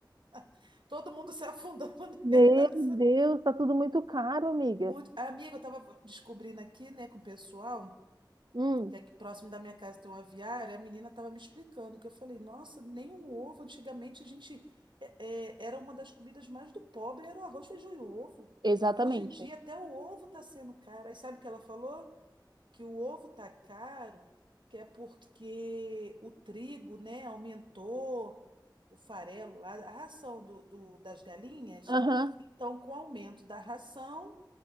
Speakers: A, on the right (about 80°); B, on the right (about 65°).
A: <laughs> Todo mundo se afundando <laughs>
B: Meu
A: nessa.
B: Deus, tá tudo muito caro, amiga.
A: Muito. Amiga, eu tava descobrindo aqui, né, com o pessoal,
B: Hum,
A: que aqui próximo da minha casa tem um aviário, e a menina tava me explicando, que eu falei, nossa, nem um ovo. Antigamente a gente. é, é, era uma das comidas mais do pobre, era o arroz, feijão e ovo.
B: exatamente.
A: Hoje em dia, até o ovo tá sendo caro. Aí sabe o que ela falou? que o ovo tá caro, que é porque o trigo, né, aumentou o farelo lá, a ração do, do- das galinhas.
B: Aham.
A: Então, com o aumento da ração,